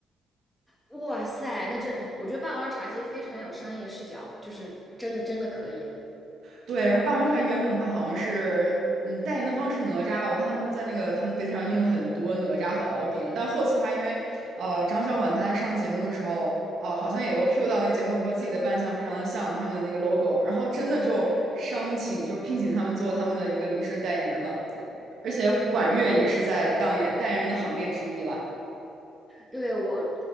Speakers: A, in the centre; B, on the right.
A: 哇塞，那这我觉得霸王茶姬非常有商业视角，就是真的真的可以。
B: 对，然后霸王茶原本的话好像是，嗯，代言的方是哪吒吧？我看他们在那个他们的杯子上印了很多哪吒和敖丙，但后期的话，因为呃张小婉她在上节目的时候，呃好像也有 cue 到那个节目说自己的扮相非常的像他们的那个 logo，然后真的就商请就聘请他们做他们的一个临时代言人了，而且管乐也是在当演代言人的行列之一了。
A: 对，我，